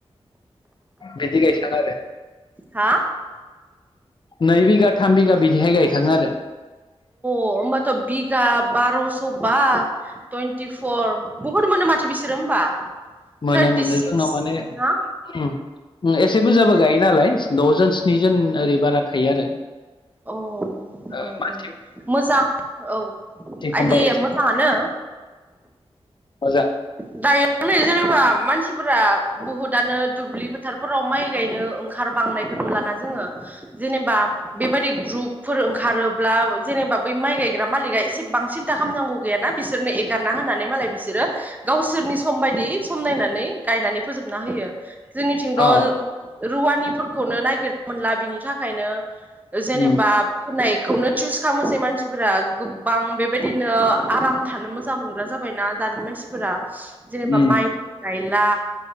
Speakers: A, on the left; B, on the right.
A: बिदि गायखाङो आरो
B: हा
A: नै बिघा थाम बिघा बिदिहाय गायखाङो आरो
B: अ होनबाथ' बिगा बार'स' बा टुइन्टिफर बुहुत मोनो माथो बिसोरो होमबा
A: मोनो
B: थार्टि
A: मोनो
B: सिक्स
A: जोंनाव माने
B: ना
A: ओम एसे बुरजाबो गायो नालाय द'जन स्निजन ओरै बारा थायो आरो।
B: ओ अ
A: आ
B: अ
A: मा
B: मोजां औ आइदि
A: खमबा
B: मोजाङानो।
A: आजा
B: दायो जेनेबा मानसिफोरा बुहुदानो दुब्लि फोथारफोराव माइ गायनो ओंखार बांनाय खो नुलाना जोङो जेनेबा बेबायदि ग्रुपफोर ओंखारोबा जेनेबा बै माइ गायग्रा मालिका बां सिनता खामनांगौ गैयाना बिसोरनो एगारना होनानै मालाय बिसोरो गावसोरनि सम बायदि सम नायनानै गायनानै फोजोबना होयो जोंनिथिं दल
A: औ
B: रुवानि फोरखौनो ननायागिर मोनला बिनि थाखायनो जेनेबा
A: उम
B: फोनाय खौनो चुस खालामो जै मानसिफोरा गोबां बेबायदिनो आराम थानो मोजां मोनग्रा जाबाय। जाबायना दानि मानसिफोरा जेनेबा माइफोर
A: उम
B: गायला